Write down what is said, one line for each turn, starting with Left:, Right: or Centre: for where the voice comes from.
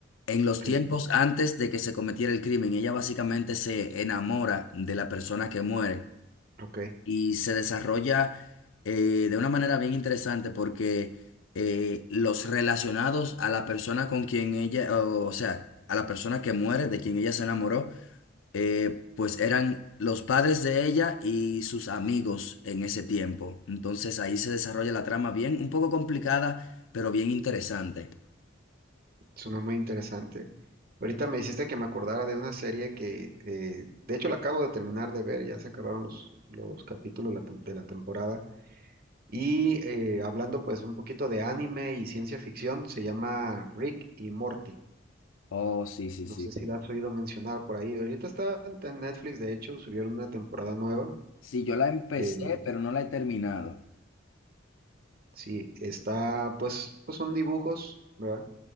Left: en los
Right: El-
Left: tiempos antes de que se cometiera el crimen. Ella básicamente se enamora de la persona que muere
Right: ok,
Left: y se desarrolla eh, de una manera bien interesante porque eh, los relacionados a la persona con quien ella, o o sea, a la persona que muere, de quien ella se enamoró, eh, pues eran los padres de ella y sus amigos en ese tiempo. Entonces ahí se desarrolla la trama bien, un poco complicada, pero bien interesante.
Right: suena muy interesante. Ahorita me hiciste que me acordara de una serie que, eh, de hecho, la acabo de terminar de ver, ya se acabaron los, los capítulos la tem- de la temporada Y eh, hablando pues un poquito de anime y ciencia ficción, se llama Rick y Morty.
Left: Oh, sí, sí, sí.
Right: No sé si la has oído mencionar por ahí. Ahorita está en en Netflix, de hecho, subieron una temporada nueva.
Left: Sí, yo la empecé,
Right: Eh,
Left: pero no la he terminado.
Right: sí, está, pues, pues son dibujos, ¿verdad?